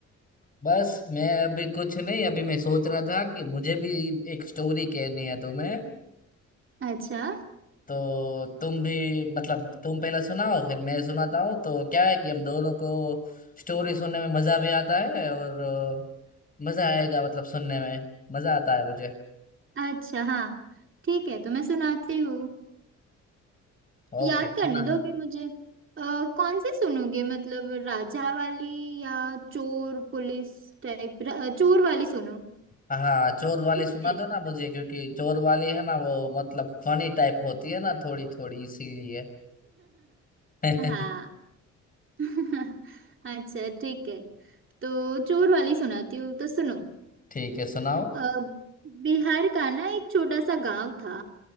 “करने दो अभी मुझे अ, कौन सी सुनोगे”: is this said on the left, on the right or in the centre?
Right